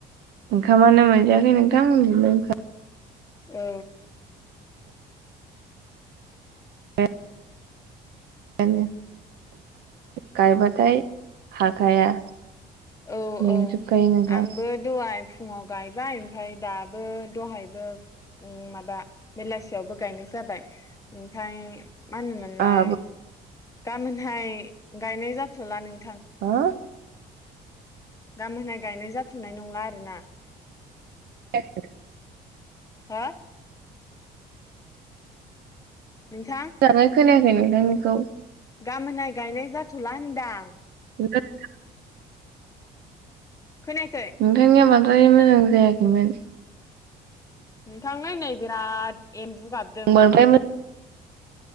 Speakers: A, on the right; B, on the left.
A: ओंखामानो मोनजायाखै नोंथां उन्दुनो ओंखा
B: औ
A: बाय <inaudible> <unintelligible> गायबाथाय हाखाया
B: औ
A: मेंजोबखायो
B: औ
A: नोंथां
B: आंबो दहाय फुङाव गायबाय ओमफ्राय दाबो दहायबो ओ माबा बेलासियावबो गायनाय जा बाय ओमफाय मा होनोमोनलाय
A: आंहाबो
B: गाबोनहाय गायनाय जाथ'ला नों
A: हो?
B: गामोनहाय गायनाय जाथ'नाय नंला आरोना।
A: खोनायाखै
B: हो? नोंथां
A: मोजाङै खोनायाखै नोंथांनिखौ।
B: गाबोनहाय गायनाय जाथ'ला होनदां।
A: <inaudible>
B: खोनायाखै
A: नोंथांनिया बांद्राय मोजां खोनायाखैमोन।
B: नोंथांलै नै बिराद एम्बु गाबदों।
A: बांद्राय